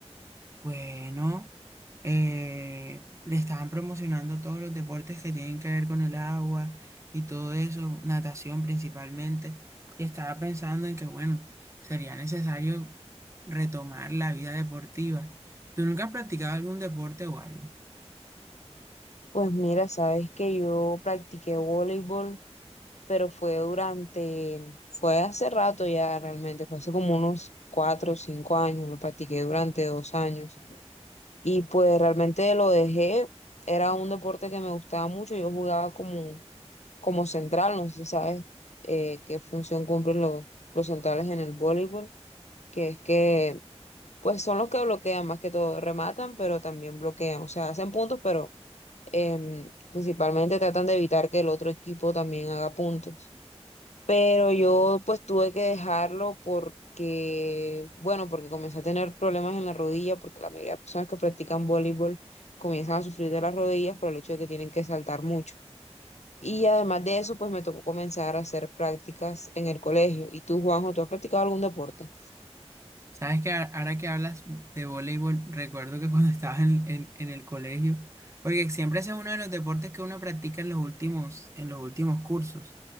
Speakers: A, on the right (about 25°); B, on the left (about 80°).
A: Bueno, eh, le estaban promocionando todos los deportes que tienen que ver con el agua y todo eso, natación principalmente. Y estaba pensando en que, bueno, sería necesario retomar la vida deportiva. ¿Tú nunca has practicado algún deporte o algo?
B: Pues mira, sabes que yo practiqué voleibol, pero fue durante, fue hace rato ya realmente, fue hace como unos cuatro o cinco años, lo practiqué durante dos años. Y pues realmente lo dejé, era un deporte que me gustaba mucho, yo jugaba como, como central, no sé si sabes eh, qué función cumplen los, los centrales en el voleibol que es que pues son los que bloquean más que todo, rematan, pero también bloquean, o sea, hacen puntos, pero em, principalmente tratan de evitar que el otro equipo también haga puntos. Pero yo pues tuve que dejarlo porque, bueno, porque comencé a tener problemas en la rodilla, porque la mayoría de personas que practican voleibol comienzan a sufrir de las rodillas por el hecho de que tienen que saltar mucho. Y además de eso, pues me tocó comenzar a hacer prácticas en el colegio. ¿Y tú, Juanjo, tú has practicado algún deporte?
A: Sabes que a- ahora que hablas de voleibol, recuerdo que cuando <laughs> estaba en, en- en el colegio, porque siempre ese es uno de los deportes que uno practica en los últimos, en los últimos cursos.